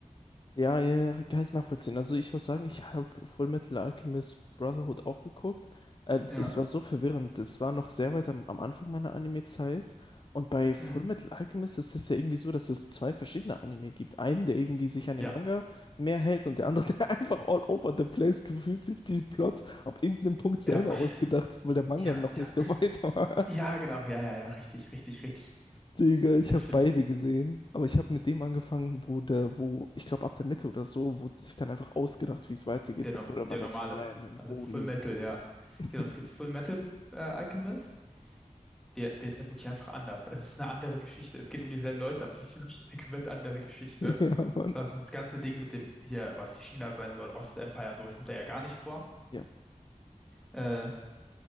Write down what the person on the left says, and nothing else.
Ja, ja, ja, kann ich nachvollziehen. Also ich muss sagen, ich habe Fullmetal Alchemist Brotherhood auch geguckt. Äh,
es war so verwirrend. Es war noch sehr weit am, am Anfang meiner Anime-Zeit. Und bei Fullmetal
Alchemist ist es ja irgendwie so, dass es zwei verschiedene Anime gibt. Einen, der irgendwie sich an den
Manga mehr hält und der andere, <laughs> der einfach all over the place gefühlt sich die Plot ab irgendeinem Punkt selber
ausgedacht hat, weil der Manga
noch
nicht so <laughs> weit war.
Digga, ich
habe beide gesehen, aber ich habe mit dem angefangen, wo der, wo, ich glaube ab der Mitte oder so, wurde sich dann einfach ausgedacht, wie es weitergeht.
Bruder, war
das
random,
holy.
<laughs>
Ja, Mann.
Ja.